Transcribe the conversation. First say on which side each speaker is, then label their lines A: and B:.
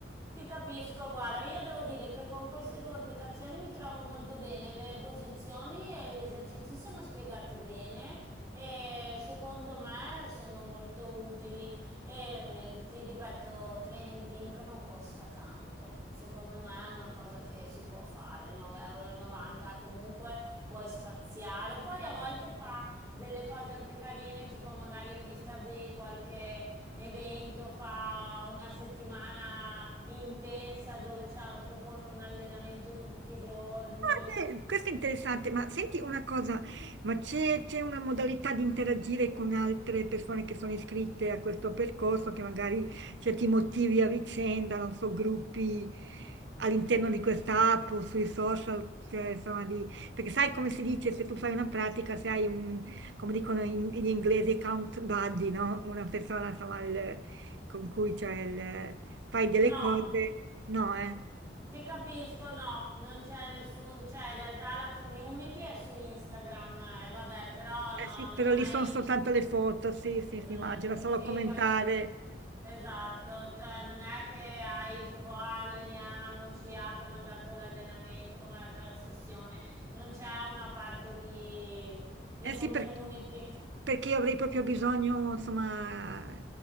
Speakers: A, on the right; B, on the right.
A: Ti capisco, guarda, io devo dire che con queste due applicazioni mi trovo molto bene, le posizioni e gli esercizi sono spiegati bene e secondo me sono molto utili e eh, ti ripeto, Training Pink non costa tanto. Secondo me è una cosa che si può fare, 9,90 euro comunque puoi spaziare, poi a volte fa delle cose anche carine, tipo magari in vista di qualche evento fa una settimana intensa dove c'ha- propone un allenamento tutti i giorni.
B: Ah, beh, Questo è interessante, ma senti una cosa, ma c'è c'è una modalità di interagire con altre persone che sono iscritte a questo percorso, che magari cioè, ti motivi a vicenda, non so, gruppi all'interno di questa app o sui social, cioè, insomma, di- perché sai come si dice, se tu fai una pratica, se hai un, come dicono in- gli inglesi, count buddy, no? Una persona, insomma, il- con cui cioè, il- fai delle
A: No,
B: cose, no, eh?
A: Ti capisco, no, non c'è nessun, cioè in realtà la community è su Instagram, eh, vabbè, però
B: Eh
A: no,
B: sì,
A: non
B: però
A: hai,
B: lì sono soltanto le foto, sì, sì,
A: Mm,
B: sì, immagino, solo
A: sì,
B: commentare.
A: poi fa- esatto, cioè non è che hai tipo "Ah, alleniamoci, ah, come è andato l'allenamento, come è andata la sessione, non c'è una parte di, di
B: Eh
A: community.
B: sì, perché, perché avrei proprio bisogno, insomma,